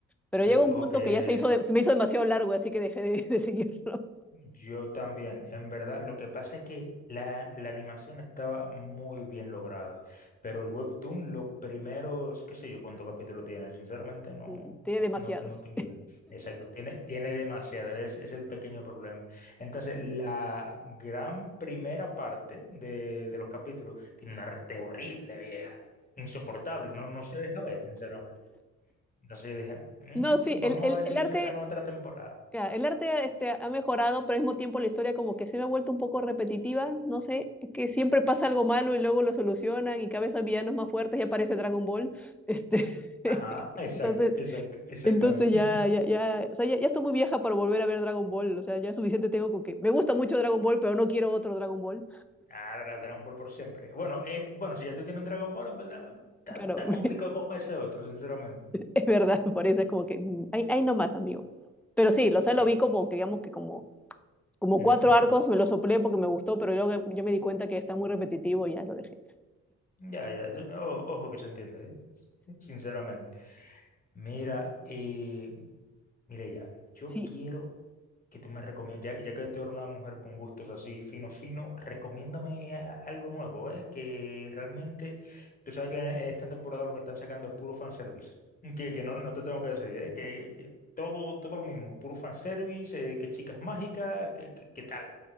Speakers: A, in the centre; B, on the left.
A: pero llegó
B: Oye,
A: un
B: Ojo
A: punto
B: que
A: que ya se hizo, de- se me hizo demasiado largo, así que dejé de, de seguirlo.
B: Yo también, en verdad, lo que pasa es que la, la animación estaba muy bien lograda, pero el webtoon, los primeros, qué sé yo, cuánto capítulo tiene, sinceramente no,
A: <laughs> Tiene
B: no,
A: demasiados.
B: no, no tengo idea. Exacto, tiene, tiene demasiado, es, es el pequeño problema. Entonces, la gran primera parte de, de los capítulos tiene un arte horrible, vieja, insoportable, no, no se deja ver, sinceramente. Entonces yo dije, "Mm,
A: No, sí,
B: vamos
A: el, el,
B: a ver si
A: el
B: le
A: arte,
B: sacan otra temporada.
A: claro, el arte este, ha mejorado, pero al mismo tiempo la historia como que se me ha vuelto un poco repetitiva, no sé, que siempre pasa algo malo y luego lo solucionan y cada vez hay villanos más fuertes y aparece Dragon Ball. Este, <laughs>
B: Ajá, exacto,
A: entonces,
B: exacto, exactamente.
A: entonces ya, ya,
B: <laughs>
A: ya, o sea, ya, ya estoy muy vieja para volver a ver Dragon Ball, o sea, ya suficiente tengo con que me gusta mucho Dragon Ball, pero no quiero otro Dragon Ball.
B: Ah, Dra- Dragon Ball por siempre. Bueno, eh, bueno, si ya tú tienes un Dragon Ball, en verdad, está,
A: Claro,
B: está
A: <laughs>
B: complicado como ese otro, sinceramente.
A: es verdad, por eso es como que, mm, ahí ahí nomás, amigo. Pero sí, lo, o sea,
B: Sí.
A: lo vi como, que, digamos que como como
B: Ujú,
A: cuatro
B: ujú.
A: arcos, me lo soplé porque me gustó, pero yo, yo me di cuenta que está muy repetitivo y ya lo dejé.
B: Ya, ya, sí, o- ojo, que se entiende, ¿eh? Sinceramente. Mira, eh, Mireya, yo
A: Sí,
B: quiero que tú me recomiendes, ya, ya que tú eres una mujer con gustos así fino, fino, recomiéndame a- algo nuevo, ¿eh? Que realmente, tú sabes que en esta temporada lo que están sacando es puro fanservice, que, que no, no te tengo que decir, ¿eh? Que, que todo, todo lo mismo, puro fanservice, eh, que chicas mágicas, que, que, que tal.